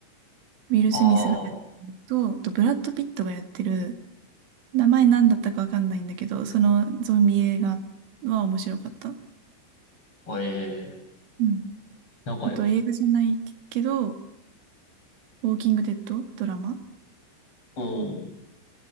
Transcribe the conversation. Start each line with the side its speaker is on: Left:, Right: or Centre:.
Right: ウィル・
Left: あ
Right: スミスがやってるやつと、あとブラッド・ピットがやってる、名前なんだったかわかんないんだけど、そのゾンビ映画は面白かった。
Left: あ、ええ
Right: うん
Left: なんか、
Right: あと映画じゃないけど、
Left: うん、
Right: ウォーキングデッドドラマ、
Left: う